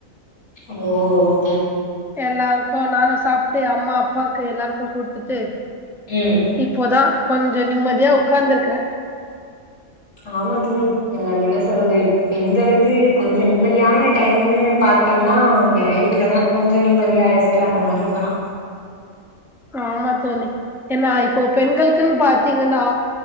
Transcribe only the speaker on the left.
ஓ ஓ
ம்
ஆமா தோளி அது என்ன சொல்றது பெண்களுக்கு கொஞ்சு நிம்மதியான டைம்ன்னு பாத்தோம்னா இந்த நைட்லதா கொஞ்சு நிம்மதியா ரெஸ்ட் அந்த மார்ருக்கலா